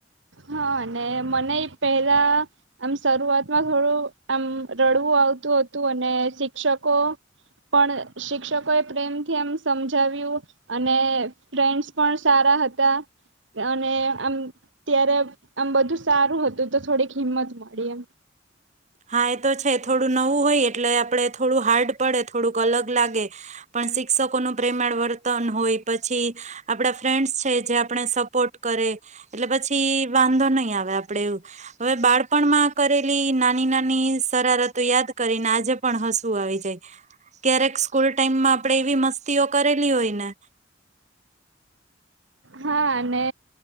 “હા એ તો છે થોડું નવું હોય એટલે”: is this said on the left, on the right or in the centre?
Right